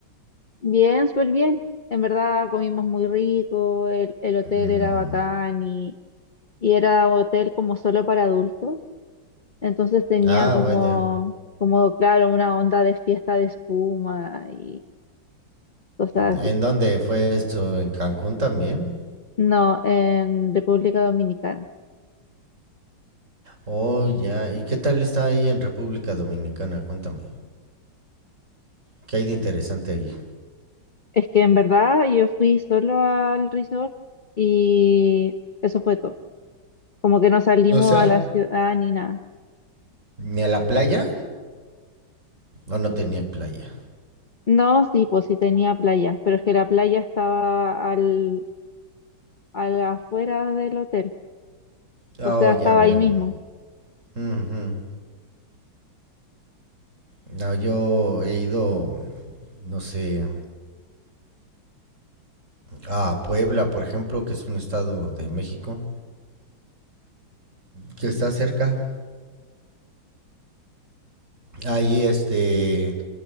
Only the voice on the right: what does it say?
Mm,
ah,
vaya.
¿En dónde fue eso? ¿En Cancún también?
Oh, ya. ¿Y qué tal está ahí en República Dominicana? Cuéntame. ¿Qué hay de interesante ahí?
O sea,
¿Ni a la playa? ¿O no tenía playa?
Oh,
ya
veo.
Ujú. No, yo he ido, no sé, a Puebla, por ejemplo, que es un estado de México, que está cerca. Ahí, este,